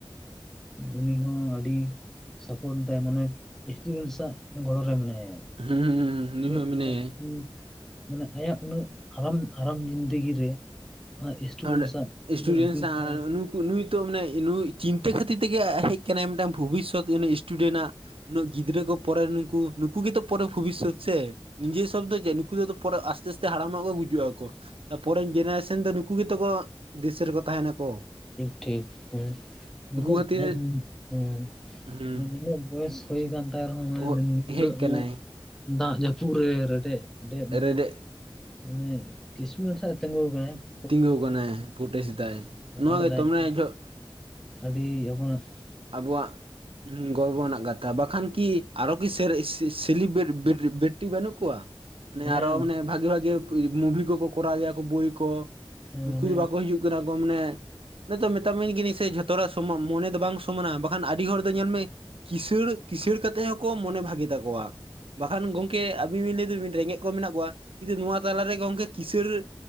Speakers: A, in the centre; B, on the right (about 80°).
A: ᱩᱱᱤ ᱦᱚᱸ ᱟᱹᱰᱤ ᱥᱟᱯᱳᱴ ᱫᱟᱭ ᱢᱟᱱᱮ ᱥᱴᱤᱮᱱ ᱥᱟᱜ ᱜᱚᱲᱚ ᱨᱮ ᱢᱮᱱᱟᱭᱟ᱾
B: ᱦᱩᱸ ᱦᱩᱸ ᱦᱩᱸ ᱱᱩᱭ
A: ᱜᱚᱡ
B: ᱦᱚᱸ ᱢᱮᱱᱟᱭᱟ
A: ᱪᱟᱞᱟᱜ ᱠᱩ ᱢᱟᱱᱮ ᱟᱭᱟᱜ ᱩᱱᱟᱹᱜ ᱟᱨᱟᱢ ᱟᱨᱟᱢ ᱡᱤᱱᱫᱮᱜᱤ ᱨᱮ ᱟᱡ ᱥᱴᱩᱰᱮᱱᱴ
B: ᱚᱸᱰᱮᱜ
A: ᱥᱟᱶ
B: ᱤᱥᱴᱩᱰᱮᱱᱴᱥ
A: ᱩᱱᱟᱹᱜ ᱵᱷᱤᱲ
B: ᱥᱟᱶ
A: ᱦᱚᱸ
B: ᱱᱩᱠᱩ ᱱᱩᱭᱼᱼ ᱢᱟᱱᱮ ᱱᱩᱭ ᱪᱤᱱᱛᱟᱹ ᱠᱷᱟᱹᱛᱤᱨ ᱛᱮᱜᱮ ᱟ ᱦᱮᱡ ᱟᱠᱟᱱᱟᱭ ᱢᱤᱫᱴᱟᱝ ᱵᱷᱚᱵᱤᱥᱚᱛ ᱤᱥᱴᱩᱰᱮ ᱱᱟᱜ ᱾ ᱩᱱᱟᱹᱜ ᱜᱤᱫᱽᱨᱟᱹ ᱠᱚ ᱯᱚᱨᱮ ᱱᱩᱠᱩ, ᱱᱩᱠᱩ ᱜᱮᱛᱚ ᱯᱚᱨᱮ ᱵᱷᱚᱵᱤᱥᱚᱛ ᱥᱮ ᱾ ᱱᱤᱡᱮᱨ ᱥᱚᱵ ᱫᱚ ᱪᱮ, ᱱᱩᱠᱩ ᱫᱚ ᱟᱫᱚ ᱯᱚᱨᱮ ᱟᱥᱛᱮ ᱟᱥᱛᱮ ᱦᱟᱲᱟᱢᱚᱜ-ᱟ ᱠᱚ ᱜᱩᱡᱩᱜᱼᱟᱠᱚ ᱾ ᱛᱟᱯᱚᱨᱮ ᱨᱤᱱ ᱡᱮᱱᱮᱨᱮᱥᱮᱱ ᱫᱚ ᱱᱩᱠᱼᱼ ᱠᱩ ᱜᱮᱛᱚ ᱠᱚ ᱫᱤᱥᱟᱹ ᱨᱮᱠᱚ ᱛᱟᱦᱮ ᱱᱟᱠᱚ ᱾
A: ᱴᱷᱤᱠ ᱴᱷᱤᱠ, ᱦᱮᱸ
B: ᱠᱷᱟᱹᱛᱤᱨ
A: <unintelligible>
B: ᱦᱩᱸ
A: ᱱᱤᱱᱟᱹᱜ ᱵᱚᱭᱮᱥ ᱦᱩᱭ ᱟᱠᱟᱱ ᱛᱟᱭ ᱨᱮᱦᱚᱸ
B: ᱚ-
A: ᱱᱟᱹᱜ
B: ᱦᱮᱡ
A: ᱤᱱᱟᱹᱜ
B: ᱠᱟᱱᱟᱭ
A: ᱱᱚᱼᱼ ᱫᱟᱜ ᱡᱟᱹᱯᱩᱫ ᱨᱮ ᱨᱮᱰᱮᱜ ᱯᱮᱰᱮᱜ ᱢᱟᱱᱮᱼᱼ
B: ᱨᱮᱰᱮᱫ
A: ᱢᱟᱱᱮ ᱠᱤᱥᱩ ᱨᱮᱱ ᱥᱟᱜ-ᱮ ᱛᱤᱜᱩ ᱠᱟᱱᱟᱭ ᱦᱮᱸ ᱾
B: ᱛᱤᱸᱜᱩᱣ ᱟᱠᱟᱱᱟᱭ, ᱯᱚᱨᱴᱮᱥ ᱮᱫᱟᱭ, ᱱᱚᱣᱟ
A: ᱨᱚᱲ
B: ᱜᱮ
A: ᱫᱟᱭ
B: ᱛᱚ ᱢᱟᱱᱮ ᱡᱚᱦᱚᱜᱼᱼ
A: ᱟᱹᱰᱤ ᱟᱵᱚᱱᱟᱜᱼᱼ
B: ᱟᱵᱚᱣᱟᱜ ᱦᱩᱸ ᱜᱚᱨᱵᱚ ᱨᱮᱱᱟᱜ ᱜᱟᱛᱼᱼ ᱛᱟ ᱵᱟᱠᱷᱟᱱ ᱠᱤ ᱟᱨᱚ ᱠᱤ ᱥᱮᱨ ᱥᱤᱜ ᱥᱤᱞᱤ ᱵᱮᱨᱴ ᱵᱮᱨᱴ ᱵᱮᱴᱤ ᱵᱟᱹᱱᱩᱜ ᱠᱚᱣᱟ? ᱢᱟᱱᱮ
A: ᱦᱮᱸ
B: ᱟᱨᱚ ᱢᱟᱱᱮ ᱵᱷᱟᱜᱤ ᱵᱷᱟᱜᱤ ᱢᱩᱵᱷᱤ ᱠᱚᱠᱚ ᱠᱚᱨᱟᱣ ᱜᱮᱭᱟ ᱠᱚ ᱵᱳᱭ ᱠᱚ,
A: ᱦᱮᱸ
B: ᱱᱩᱠᱩ
A: ᱢᱟᱱᱮ
B: ᱫᱚ ᱵᱟᱠᱚ ᱦᱤᱡᱩᱜᱼᱼ ᱢᱮᱱᱟᱜ ᱠᱚᱣᱟ ᱢᱟᱱᱮ ᱱᱤᱛᱚᱜ ᱢᱮᱛᱟᱜ ᱢᱮ ᱤᱧ ᱜᱮᱱᱤ ᱥᱮ ᱡᱷᱚᱛᱚ ᱦᱚᱲᱟᱜ ᱥᱚᱢᱟ ᱢᱚᱱᱮ ᱫᱚ ᱵᱟᱝᱼᱼ ᱢᱟᱱᱮ, ᱵᱟᱠᱷᱟᱱ ᱟᱹᱰᱤ ᱦᱚᱲ ᱫᱚ ᱧᱮᱞ ᱢᱮ ᱠᱤᱥᱟᱹᱬ, ᱠᱤᱥᱟᱹᱬ ᱠᱟᱛᱮᱜ ᱦᱚᱸᱠᱚ ᱢᱚᱱᱮ ᱵᱷᱟᱜᱤ ᱛᱟᱠᱚᱣᱟ᱾ ᱵᱟᱠᱷᱟᱱ ᱜᱚᱝᱠᱮ ᱟᱹᱵᱤᱱ ᱵᱤᱱ ᱞᱟᱹᱭᱫᱟ ᱨᱮᱸᱜᱮᱡ ᱠᱚ ᱢᱮᱱᱟᱜ ᱠᱚᱣᱟ, ᱠᱤᱱᱛᱩ ᱱᱚᱣᱟ ᱛᱟᱞᱟᱨᱮ ᱜᱚᱝᱠᱮ ᱠᱤᱥᱟᱹᱬ ᱨᱮᱼᱼ